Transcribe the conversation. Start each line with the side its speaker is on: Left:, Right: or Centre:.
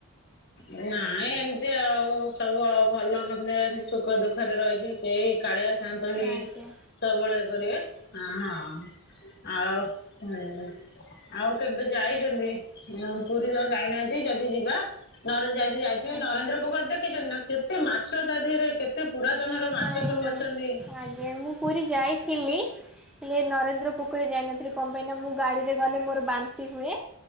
Left: ନାଇଁ ଏମିତି ଆଉ ସବୁ ଆଉ ଭଲ ମନ୍ଦରେ ଏମିତି ସୁଖ ଦୁଃଖରେ ରହିଛି ସେଇ କାଳିଆ ଶାନ୍ତ ହି
Centre: ଆଜ୍ଞା
Left: ସବୁବେଳେ ଇଏ କରିବେ ହଁ ହଁ ଆଉ ହୁଁ। ଆଉ କେବେ ଯାଇଛନ୍ତି ପୁରୀ ତ ଯାଇନାହାନ୍ତି ଯଦି ଯିବା ଯାଇକି ଯାଇଥିବେ
Centre: ଆଜ୍ଞା।
Left: ନରେନ୍ଦ୍ର ପୋଖରୀ ଦେଖିଛନ୍ତି ନା କେତେ ମାଛ ତା ଦେହରେ କେତେ ପୁରାତନ ର ମାଛ
Centre: ନାଇଁ
Left: ସବୁ ଅଛନ୍ତି।
Centre: ଆଜ୍ଞା ମୁଁ ପୁରୀ ଯାଇଥିଲି ହେଲେ ନରେନ୍ଦ୍ର ପୋଖରୀ ଯାଇନଥିଲି। ସେ କଣ ପାଇଁ ନା ମୁଁ ଗାଡିରେ ଗଲେ ମୋର ବାନ୍ତି ହୁଏ